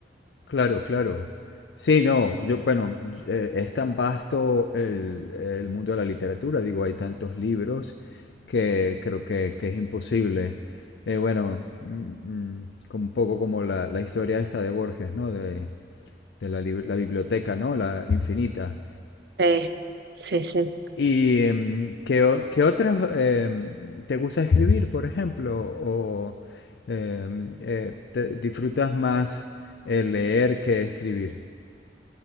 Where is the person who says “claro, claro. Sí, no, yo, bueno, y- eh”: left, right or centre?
Left